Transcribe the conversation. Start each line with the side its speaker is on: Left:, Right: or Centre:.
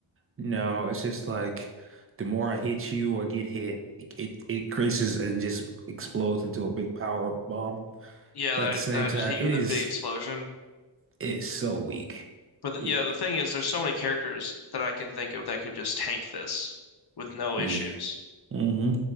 Right: No, it's just like the more I hit you or get hit, it, it it creases and just explodes into a big power bomb.
Left: Yeah,
Right: But
Left: that,
Right: at the same
Left: that I
Right: time,
Left: just hit you
Right: it
Left: with
Right: is
Left: a big explosion.
Right: it is so weak.
Left: But the,
Right: It,
Left: yeah, the thing is, there's so many characters that I can think of that could just tank this with no
Right: yeah.
Left: issues.
Right: hmm